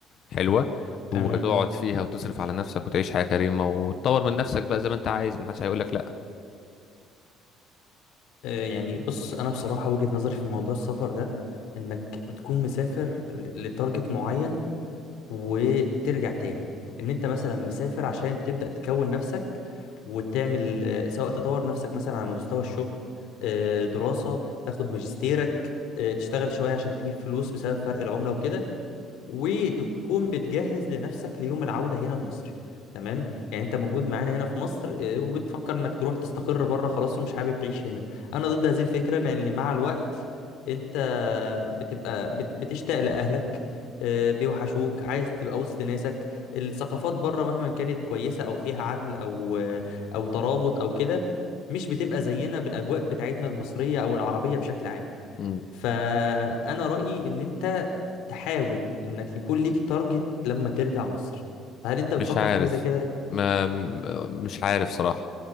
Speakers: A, on the left; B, on the left.
A: حلوة
B: تمام
A: وتقعد فيها وتصرف على نفسك وتعيش حياة كريمة وتطور من نفسك بقى زي ما انت عايز محدش هيقولك
B: اه، يعني بص انا بصراحة وجهة نظري في موضوع السفر ده انك بتكون مسافر ل- لتارجت معين وترجع تاني ان انت مثلا مسافر عشان تبدأ تكون نفسك وتعمل آه، سواء تطور نفسك مثلا على مستوى الشغل آه، دراسة تاخد ماجستيرك آه، تشتغل شوية عشان تجيب فلوس بسبب فرق العملة وكده وتكون بتجهز لنفسك ليوم العودة هنا لمصر تمام يعني انت موجود معانا هنا في مصر اه، وبتفكر انك تروح تستقر بره خلاص ومش حابب تعيش هنا انا ضد هذه الفكرة لان مع الوقت انت بتبقى بت- بتشتاق لاهلك اه، بيوحشوك عايز تبقى وسط ناسك الثقافات بره مهما كانت كويسة او فيها عدل او او ترابط او كده مش بتبقى زينا بالاجواء بتاعتنا المصرية او العربية بشكل عام
A: لا
B: فانا رايي ان انت تحاول انك يكون ليك تارجت لما ترجع مصر فهل انت بتفكر
A: مش عارف
B: في حاجه زي كده
A: ما م- مش عارف صراحة